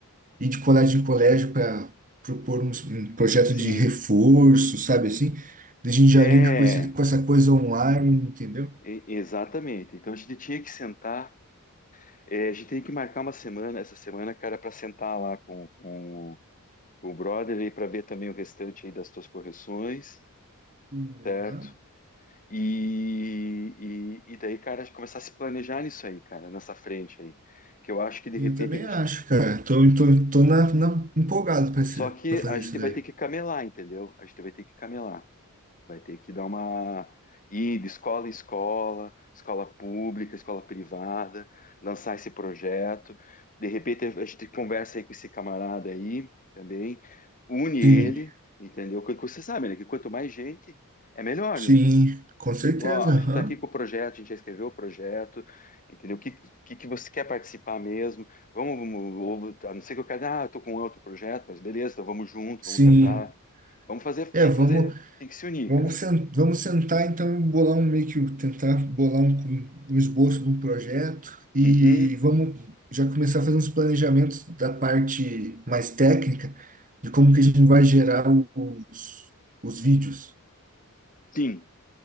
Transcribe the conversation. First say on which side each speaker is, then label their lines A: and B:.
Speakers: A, on the right; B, on the left.
A: ir de colégio em colégio para propor uns- um, projeto
B: Sim,
A: de reforço, sabe assim? Daí A gente
B: é,
A: já linka com esse, com essa coisa online, entendeu?
B: e- exatamente. Então a gente tinha que sentar, é, a gente tem que marcar uma semana, essa semana, cara, para sentar lá com, com, o- com o brother e para ver também o restante aí das tuas correções,
A: Sim,
B: certo?
A: aham.
B: E, e, e daí, cara, começar a se planejar nisso aí, cara, nessa frente aí. Que eu acho que de
A: Sim,
B: repente
A: Eu também acho, cara. Tô, tô, tô na, na- empolgado para
B: Só que
A: fazer
B: a gente
A: isso
B: vai
A: daí.
B: ter que camelar, entendeu? A gente vai ter que camelar. Vai ter que dar uma ir de escola em escola, escola pública, escola privada, lançar esse projeto. De repente a gente conversa aí com esse camarada aí também, une ele,
A: Sim,
B: entendeu? Porque você sabe, né, que quanto mais gente, é melhor,
A: sim,
B: né?
A: com certeza,
B: Ó, a
A: aham.
B: gente está aqui com o projeto, a gente já escreveu o projeto, entendeu? O que, que, que você quer participar mesmo? Vamos, vamos- ou- a não ser que eu quero, ah, eu tô com outro projeto, mas beleza, então vamos junto,
A: Sim.
B: vamos tentar. Vamos fazer, tem
A: É, vamos.
B: que fazer, tem que se unir,
A: Vamos,
B: cara.
A: sen- vamos sentar então e bolar um meio que tentar bolar um, um esboço de um projeto e
B: Uhum,
A: vamos já começar a fazer uns planejamentos da parte mais técnica de como que a gente vai gerar os, os vídeos.
B: sim.